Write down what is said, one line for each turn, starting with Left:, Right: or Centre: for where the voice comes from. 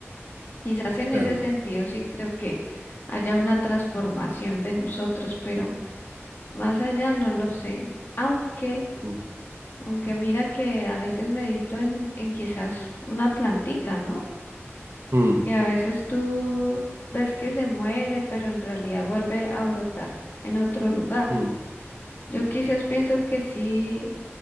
Left: Quizás en
Right: claro.
Left: ese sentido sí creo que haya una transformación de nosotros, pero más allá no lo sé. Aunque,
Right: Mm,
Left: aunque mira que a veces medito en, en quizás una plantica, ¿no?
Right: mm,
Left: Y a veces tú ves que se muere, pero en realidad vuelve a brotar en otro lugar.
Right: mm,
Left: Yo quizás pienso que sí,